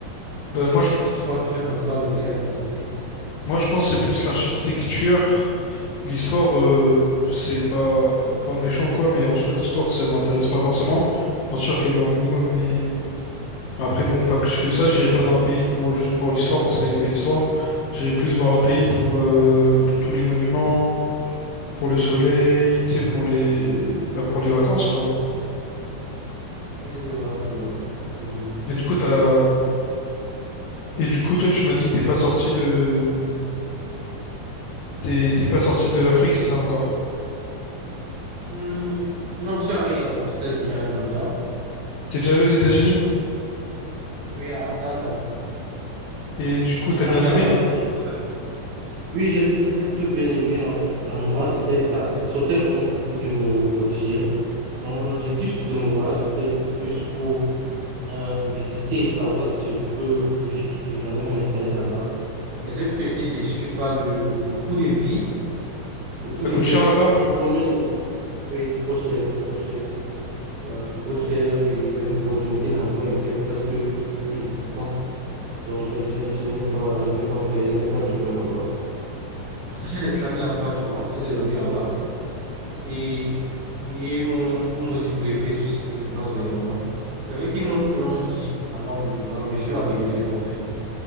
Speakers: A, on the left; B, on the right.
A: Bah,
B: Lorsque,
A: moi, je,
B: lorsque tu fais, tu fais ton choix de pays à visiter.
A: moi, je pense que c'est plus l'architecture. L'histoire, euh, c'est pas pour de méchant ou quoi, mais en soi, l'histoire, ça m'intéresse pas forcément. Bien sûr, quand même un minimum, mais. Après, bon, pas plus que ça, j'irai pas dans un pays pour juste pour l'histoire, parce qu'elle a une belle histoire. J'irai plus voir un pays pour, euh, pour tous les monuments, pour le soleil, tu sais, pour les bah, pour les vacances, quoi.
B: Oui, je vois, je vois. Mhm.
A: Et du coup, t'as... Et du coup, toi, tu m'as dit que t'es pas sorti de t'es t'es pas sorti de l'Afrique, c'est ça encore?
B: Hmm, Non, je suis allé aux États-Unis, à Atlanta.
A: T'es déjà allé aux États-Unis?
B: Oui, à Atlanta.
A: Et du coup,
B: Atlanta,
A: t'as bien aimé?
B: là-bas, c'est le truc. Oui, j'ai j'ai- j'ai plutôt bien aimé l'en- l'endroit. C'était, ça, ça sortait vraiment beaucoup de mon quotidien. Donc, l'objectif de mon voyage, c'était plus pour euh, visiter et savoir si je peux évi- évidemment m'installer là-bas. Mais j'ai plutôt été déçu par le, le, le coût de vie. Le coût
A: Ça
B: de
A: coûte
B: vie
A: cher
B: est
A: là-bas?
B: extrêmement élevé. Oui, trop cher, trop cher. Euh, trop cher et les opportunités d'emploi étaient presque inexistantes. Donc, je, je, je n'ai pas, je n'ai pas fait, je n'ai pas duré là-bas. Parce que j'ai des
A: Ok.
B: amis là-bas, tu vois. J'ai des amis là-bas. Et, et ils m'ont ils m'ont aussi briefé sur ce qui se passe réellement. C'est vrai qu'ils m'ont, ils me l'ont dit avant mon départ, mais je suis arrivé, j'ai confirmé.